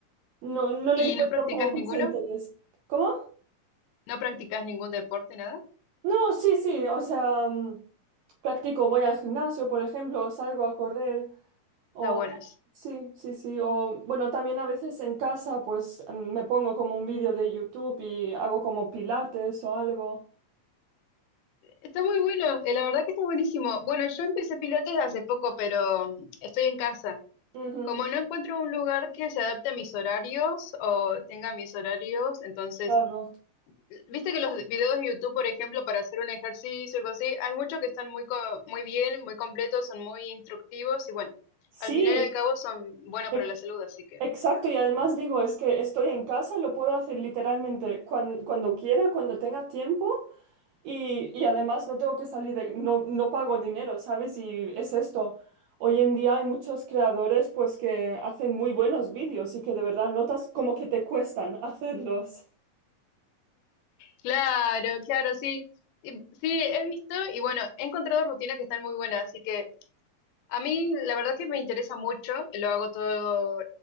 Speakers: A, on the right; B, on the left.
A: no, no le
B: ¿y
A: encuentro
B: no practicas
A: como mucho
B: ninguno?
A: interés. ¿Cómo?
B: ¿No practicas ningún deporte, nada?
A: No, sí, sí, o sea, mm, practico, voy al gimnasio, por ejemplo, o salgo a correr, O,
B: Está bueno. eso.
A: sí, sí, sí. O, bueno, también a veces en casa, pues mm, me pongo como un vídeo de YouTube y hago como pilates o algo.
B: Está muy bueno, eh, la verdad que está buenísimo. Bueno, yo empecé pilates hace poco, pero mm, estoy en casa.
A: Ujú,
B: Como no encuentro un lugar que se adapte a mis horarios o tenga mis horarios, entonces,
A: claro.
B: viste que los videos de YouTube, por ejemplo, para hacer un ejercicio o algo así, hay muchos que están muy, co- muy bien, muy completos, son muy instructivos y bueno,
A: Sí,
B: al final y al cabo son buenos
A: e-
B: para la salud, así que.
A: exacto. Y además digo, es que estoy en casa, lo puedo hacer literalmente cuan- cuando quiera, cuando tenga tiempo. Y, y además no tengo que salir de, no, no pago dinero, ¿sabes? Y es esto. Hoy en día hay muchos creadores pues que hacen muy buenos vídeos y que de verdad notas como que te cuestan <laughs> hacerlos.
B: Claro, claro, sí. Y- Sí, he visto y bueno, he encontrado rutinas que están muy buenas, así que A mí la verdad que me interesa mucho, y lo hago todo,